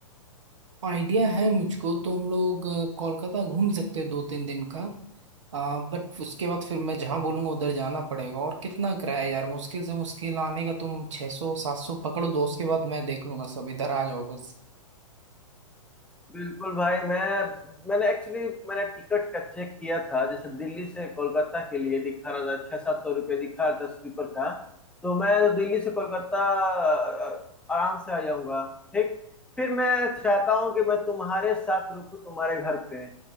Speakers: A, on the right; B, in the centre.
A: आइडिया है मुझको तो हम लोग अ, कोलकाता घूम सकते हैं दो तीन दिन का बट उसके बाद फिर मैं जहाँ बोलूंगा उधर जाना पड़ेगा और कितना किराया है यार मुश्किल से मुश्किल आने का तुम छः सौ सात सौ पकड़ लो उसके बाद मैं देख लूंगा सब इधर आ जाओ बस
B: बिल्कुल भाई मैं मैंने एक्चुअली मैंने टिकट का चेक किया था जैसे दिल्ली से कोलकाता के लिए दिखा रहा था छः सात सौ रुपये दिखा रहा था स्लीपर का तो मैं तो दिल्ली से कोलकाता अ, आराम से आ जाऊंगा ठीक फिर मैं चाहता हूँ कि मैं तुम्हारे साथ रुकूँ तुम्हारे घर पे